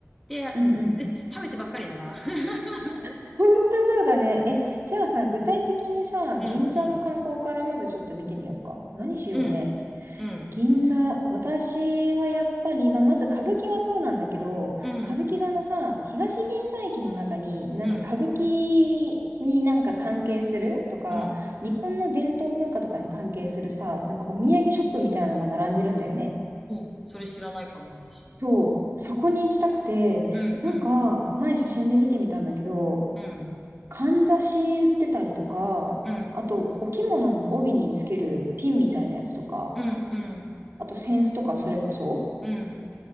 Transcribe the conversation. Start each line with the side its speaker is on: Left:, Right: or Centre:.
Centre: で、
Right: うんうん。
Centre: で食べてばっかりだな。<laughs>
Right: <laughs> 本当そうだね。え、じゃあさ、具体的にさ、
Centre: うん、
Right: 銀座の観光からまずちょっと見てみようか。
Centre: うん、
Right: 何しようね。
Centre: うん、うん、
Right: 銀座、私はやっぱり、まあ、まず歌舞伎はそうなんだけど、
Centre: うん、
Right: 歌舞伎座のさ、東銀座駅の中に、なんか歌舞伎になんか関係するとか、
Centre: うん、うん。
Right: 日本の伝統文化とかに関係するさ、なんかお土産ショップみたいなのが並んでるんだよね。
Centre: お、それ知らないかも、私。
Right: そう、そこに行きたくて、
Centre: うん、
Right: なんか、
Centre: うん、
Right: 前写真で見てみたんだけど、
Centre: うん、
Right: かんざし売ってたりとか、
Centre: うん、
Right: あと、お着物の帯につけるピンみたいなやつとか、
Centre: うん、うん、
Right: あと、扇子とかそれこそ、
Centre: うん。